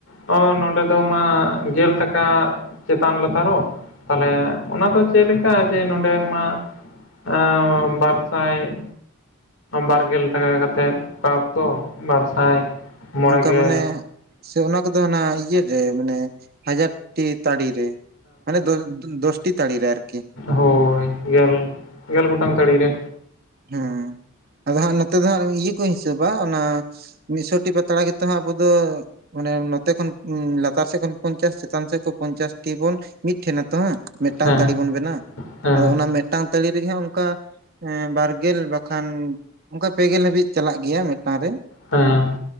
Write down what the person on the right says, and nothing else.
ᱚᱱᱠᱟ
ᱢᱟᱱᱮ ᱥᱮ ᱚᱱᱟ ᱠᱚᱫᱚ ᱦᱟᱱᱟ ᱤᱭᱟᱹ ᱨᱮ ᱢᱟᱱᱮ ᱦᱟᱡᱟᱨ ᱴᱤ ᱛᱟᱲᱤ ᱨᱮ ᱢᱟᱱᱮ ᱫᱳᱥᱴᱤ ᱛᱟᱲᱤ ᱨᱮ ᱟᱨᱠᱤ
ᱦᱮᱸ ᱟᱫᱚ ᱦᱟᱸᱜ ᱱᱚᱛᱮ ᱫᱚ ᱦᱟᱸᱜ ᱤᱭᱟᱹ ᱠᱚ ᱦᱤᱥᱟᱹᱵᱟ ᱚᱱᱟ ᱢᱤᱫᱥᱚᱴᱤ ᱯᱟᱛᱲᱟ ᱜᱮᱛᱚ ᱦᱟᱸᱜ ᱟᱵᱚ ᱫᱚ ᱢᱟᱱᱮ ᱱᱚᱛᱮ ᱠᱷᱚᱱ ᱞᱟᱛᱟᱨ ᱥᱮᱫ ᱠᱷᱚᱱ ᱯᱚᱧᱪᱟᱥ ᱪᱮᱛᱟᱱ ᱥᱮᱫ ᱠᱷᱚᱱ ᱯᱚᱧᱪᱟᱥ ᱴᱤ ᱵᱚᱱ ᱢᱤᱫᱴᱷᱮᱱ ᱟᱛᱚ ᱦᱟᱸᱜ ᱢᱮᱫᱴᱟᱝ
ᱛᱟᱲᱤ ᱵᱚᱱ ᱵᱮᱱᱟ
ᱟᱫᱚ ᱚᱱᱟ ᱢᱮᱫᱴᱟᱝ ᱛᱟᱲᱤ ᱨᱮᱜᱮ ᱦᱟᱸᱜ ᱚᱱᱠᱟ ᱮᱸ ᱵᱟᱨ <inaudible> ᱵᱟᱠᱷᱟᱱ ᱚᱱᱠᱟ ᱯᱮᱜᱮᱞ ᱦᱟᱹᱵᱤᱡ ᱪᱟᱞᱟᱜ ᱜᱮᱭᱟ ᱢᱮᱫᱴᱟᱝ ᱨᱮ